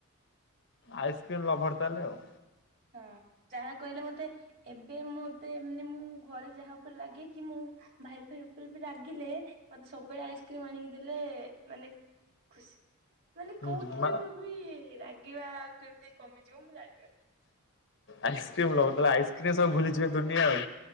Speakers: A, on the left; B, on the right.
A: ଆଇସ୍କ୍ରିମ ଲଭର ତାହେଲେ ଆଉ।
B: ହଁ ଯାହା କହିଲେ ମତେ ଏବେ ମତେ ମାନେ ମୁଁ ଘରେ ଯାହା ଉପରେ ରାଗେ କି ମୁଁ। ଭାଇ ଫାଇ ଉପରେ ବି ରାଗିଲେ ମତେ ସବୁବେଳେ ଆଇସ୍କ୍ରିମ ଆଣିକି ଦେଲେ ମାନେ। ଖୁସି। ମାନେ
A: ହୁଁ
B: କୋଉଥିରେ
A: ମା
B: ମୁଁ ବି ରାଗିବା କେମିତି କମିଯିବ ମୁଁ ଜାଣିପାରୁନି।
A: ଆଇସ୍କ୍ରିମ ଲଭର ତାହଲେ ଆଇସ୍କ୍ରିମ ସବୁ ଭୁଲିଯିବେ ଦୁନିଆ ଆଉ।